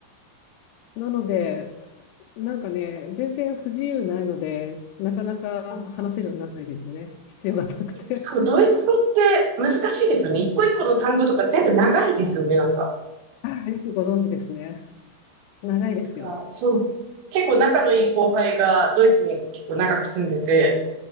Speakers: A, on the left; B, on the right.
A: なので、なんかね、全然不自由ないので、なかなか話せるようにならないですね。
B: うん
A: 必要がなくて。
B: えしかもドイツ語って難しいですよね。一個一個の単語とか全部長いですよね、なんか。
A: <laughs> あよくご存知ですね。長いですよ。
B: あ、そう。結構仲のいい後輩がドイツに結構長く住んでて、